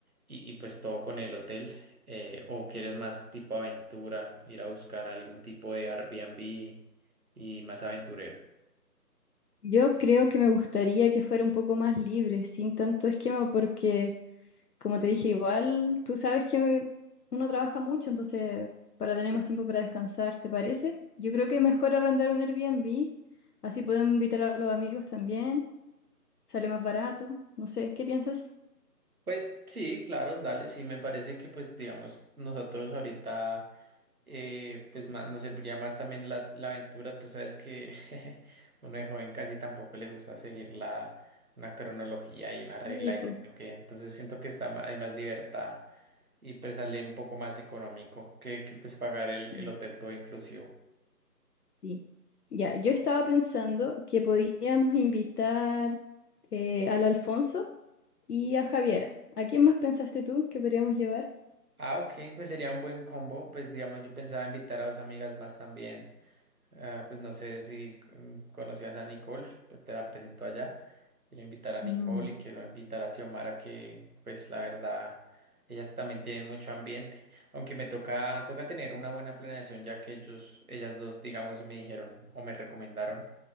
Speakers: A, on the right; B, on the left.
A: y, y pues todo con el hotel. eh, o quieres más tipo aventura, ir a buscar algún tipo de Airbnb y más aventurero.
B: Yo creo que me gustaría que fuera un poco más libre, sin tanto esquema, porque como te dije, igual tú sabes que uno trabaja mucho, entonces para tener más tiempo para descansar, ¿te parece? Yo creo que mejor arrendar un Airbnb, así podemos invitar a los amigos también, sale más barato, no sé, ¿qué piensas?
A: Pues sí, claro, dale, sí, me parece que pues digamos nosotros ahorita eh, pues ma- nos serviría más también la, la aventura, tú sabes que <laughs> uno de joven casi tampoco le gusta seguir la, una cronología y una regla
B: Sí, pues,
A: y que toque, entonces siento que está ma- hay más libertad. y pues sale un poco más económico que, que, pues pagar el,
B: sí,
A: el hotel todo inclusivo.
B: sí. Ya, yo estaba pensando que podíamos invitar eh, al Alfonso y a Javiera. ¿A quién más pensaste tú que podríamos llevar?
A: Ah, ok, pues sería un buen combo. Pues digamos, yo pensaba invitar a dos amigas más también. Ah, pues no sé si mm, conocías a Nicole, pues te la presento allá. Quiero invitar a Nicole
B: Mm.
A: y quiero invitar a Xiomara que pues la verdad, ellas también tienen mucho ambiente. Aunque me toca, toca tener una buena planeación ya que ellos, ellas dos, digamos, me dijeron o me recomendaron